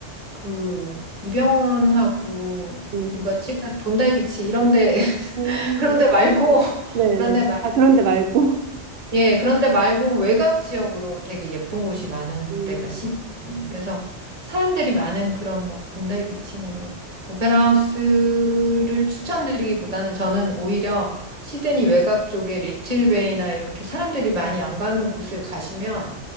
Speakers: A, on the right; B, on the right.
A: 그 이병헌하고
B: 네.
A: 누가 찍은 본다이 비치 이런 데 <laughs>
B: 음,
A: 그런 데 말고 <laughs>
B: 네네.
A: 그런 데
B: 아, 그런데 말고.
A: 예, 그런데 말고 외곽 지역으로 되게 예쁜 곳이 많은
B: 음,
A: 데가 시드니예요. 그래서 사람들이 많은 그런 막 본다이 비치나 막 오페라 하우스를 추천드리기보다는 저는 오히려 시드니 외곽 쪽에 리틀베이나 이렇게 사람들이 많이 안 가는 곳을 가시면